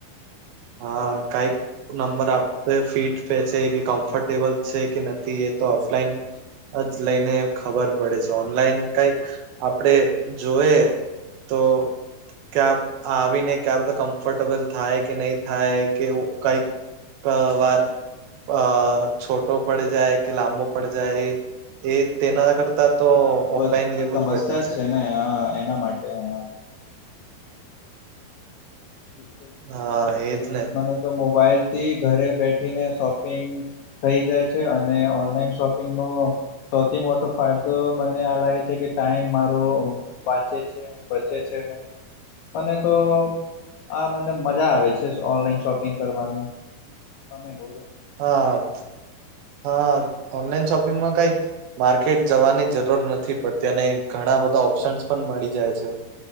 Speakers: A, on the right; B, on the left.
A: હા કાંઈક નંબર આપે ફીટ પે છે કે, કમ્ફર્ટેબલ છે કે નથી એ તો ઓફલાઈન જ લઈને ખબર પડે છે. ઓનલાઈન કાઈક આપડે જોયએ તો ક્યાં આવીને ક્યાં બધા કમ્ફર્ટેબલ થાય કે નહી થાય કે કંઈક અ વાર અ છોટો પડી જાય કે લાંબો પડી જાય એ તેના કર તો
B: આ આ
A: ઓફલાઈન લેવું
B: સમસ્યા
A: જ બેટર છે.
B: ને હા એના માટે હા. બિલકુલ બિલકુલ
A: હા એજ ને
B: મને તો મોબાઈલ થી ઘરે બેઠીને શોપિંગ થઈ જાય છે અને ઓનલાઈન શોપિંગ નો સૌથી મોટો ફાયદો મને આ લાગે છે કે ટાઈમ મારો વાંચે છે. બચે છે મને તો આ મને મજા આવે છે ઓનલાઈન શોપિંગ કરવાની તમે બોલો
A: હા. હા ઓનલાઈન શોપિંગમાં કંઈક માર્કેટ જવાની જરૂર નથી પડતી અને ઘણા બધા ઓપ્શન્સ પણ મળી જાય છે.